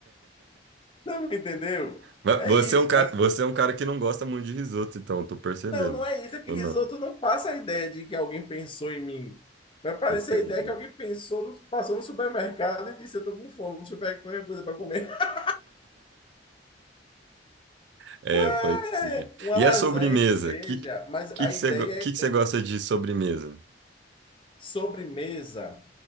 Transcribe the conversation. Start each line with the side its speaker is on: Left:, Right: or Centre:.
Left: Não entendeu?
Right: Mas
Left: É
Right: Você
Left: isso.
Right: é um cara,
Left: Mas
Right: você é um cara que não gosta muito de risoto, então, eu tô percebendo.
Left: não, não é isso. É que
Right: Ou
Left: risoto
Right: não?
Left: não passa a ideia de que alguém pensou em mim. Vai parecer
Right: Entendi.
Left: a ideia que alguém pensou, no- passou no supermercado e disse: Eu tô com fome, deixa eu pegar qualquer coisa para comer. <laughs>
Right: É,
Left: Ah,
Right: pode ser.
Left: é, é. Uma
Right: E
Left: lasanha
Right: a sobremesa?
Left: que seja.
Right: Que
Left: Mas
Right: que
Left: a
Right: que
Left: ideia
Right: você, go- que que você
Left: é é
Right: gosta de sobremesa?
Left: sobremesa.